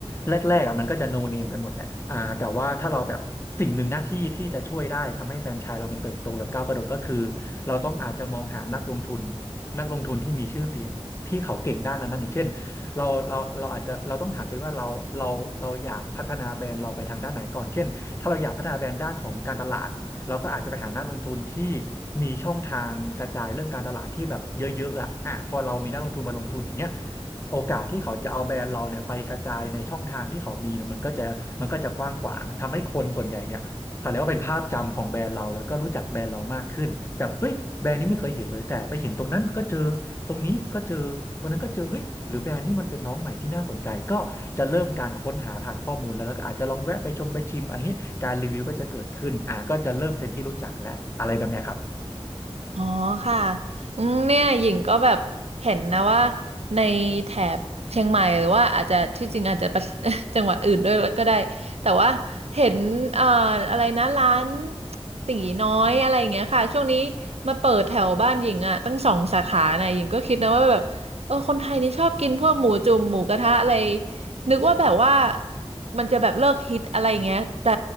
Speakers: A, on the left; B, on the right.
A: แรกๆอ่ะมันก็จะโนเนมกันหมดแหละอ่าแต่ว่าถ้าเราแบบสิ่งหนึ่งหน้าที่ที่จะช่วยได้ทำให้แฟรนไชส์เรามันเติบโตแบบก้าวกระโดดก็คือเราต้องอาจจะมองหานักลงทุนนักลงทุนที่มีชื่อเสียงที่เขาเก่งด้านนั้นนั้นอย่างเช่นเราเราเราอาจจะเราต้องถามตัวเองว่าเราเราเราอยากพัฒนาแบรนด์เราไปทางด้านไหนก่อนเช่นถ้าเราอยากพัฒนาแบรนด์ด้านของการตลาดเราก็อาจจะไปหานักลงทุนที่มีช่องทางกระจายเรื่องการตลาดที่แบบเยอะๆอ่ะอ่ะพอเรามีนักลงทุนมาลงทุนอย่างเงี้ย โอกาสที่เขาจะเอาแบรนด์เราเนี่ยไปกระจายในช่องทางที่เขามีนะมันก็จะมันก็จะกว้างขวางทำให้คนส่วนใหญ่เนี่ยเขาเรียกว่าเป็นภาพจำของแบรนด์เราแล้วก็รู้จักแบรนด์เรามากขึ้นแบบเฮ้ยแบรนด์นี้ไม่เคยเห็นเลยแต่ไปเห็นตรงนั้นก็เจอตรงนี้ก็เจอตรงนั้นก็เจอเฮ้ยหรือแบรนด์นี้มันเป็นน้องใหม่ที่น่าสนใจก็จะเริ่มการค้นหาผ่านข้อมูลแล้วแล้วก็อาจจะลองแวะไปชมไปชิมอะไรอย่างนี้การรีวิวก็จะเกิดขึ้นอ่าก็จะเริ่มเป็นที่รู้จักและอะไรแบบเนี้ยครับ
B: อ๋อค่ะอืมเนี่ยหญิงก็แบบเห็นนะว่าในแถบเชียงใหม่หรือว่าอาจจะที่จริงอาจจะประ <laughs> จังหวัดอื่นด้วยก็ได้แต่ว่าเห็นเอ่ออะไรนะร้านตีน้อยอะไรอย่างเงี้ยค่ะช่วงนี้มาเปิดแถวบ้านหญิงอ่ะตั้งสองสาขานะหญิงก็คิดนะว่าแบบเออคนไทยนี่ชอบกินพวกหมูจุ่มหมูกระทะอะไรนึกว่าแบบว่ามันจะแบบเลิกฮิตอะไรอย่างเงี้ยแต่